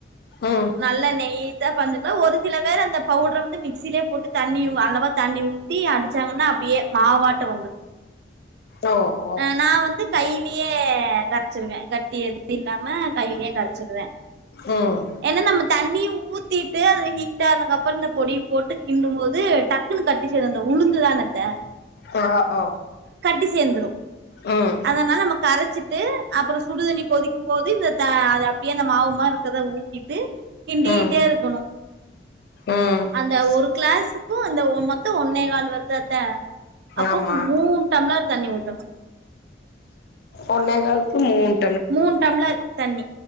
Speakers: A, on the left; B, on the right.
A: ம்
B: நல்லா நெய்ஸா பனைைஞ்சுக்லா ஒரு சில வேர் அந்த பவுட்ர வந்து மிக்சிலே போட்டு தண்ணி அளவா தண்ணி ஊத் தி அடிச்சாங்கன்னா அப்டியே மாவாட்ட வந்துரு
A: ஓ ஓ
B: அ நா வந்து கையிலயே கரச்சிருவே கட்டி எது இல்லாம கையிலே கரச்சிருவே
A: ம்
B: ஏனா நம்ம தண்ணி ஊத்திட்டு அது ஹீட் ஆகுனக்கு அப்புறோ இந்த பொடி போட்டு கிண்டும் போது டக் டக்குன்னு கட்டி சேரு அந்த உளுந்து ஆனது
A: வ ஓ
B: கட்டி சேந்துரு
A: ம்
B: னால நம்ம கரச்சிட்டு அப்றோ சுடுதண்ணி கொதிக்கும் போது இந்த த அது அப்டியே அந்த மாவுமா இருக்கத ஊத் திட்டு கிண்டிட்டே
A: ம்
B: இருக்கணு
A: ம்
B: அந்த ஒரு கிளாஸுக்கு இந்த ஒ மொத்தோ ஒன்னே கால் வருதா அத்த அப்போ
A: ஆமா
B: மூன் டம்ளர் தண்ணி ஊத்தணு
A: ஒன்னே கால்க்கு மூன்
B: மூன் டம்ளர் தண்ணி